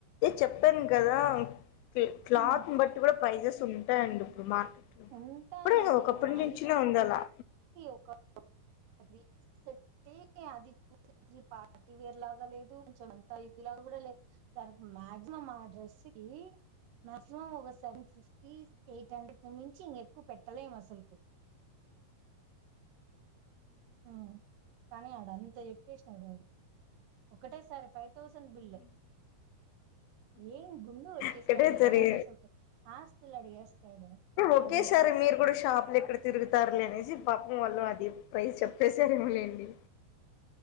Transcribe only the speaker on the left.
చెప్పాను కదా క్లాత్
బట్టి కూడా ప్రైజెస్ ఉంటాయిండి ఇప్పుడుమా
ఇప్పుడే ఒకప్పటి
నుంచిన ఉంది అలా
ఒకటే
సరి
ఒకేసారి
మీరు కూడా షాపులు ఎక్కడ తిగుతారులే అనేసి పాపం వాళ్ళు అది ప్రైజ్ చెప్పేసారేమో లేండి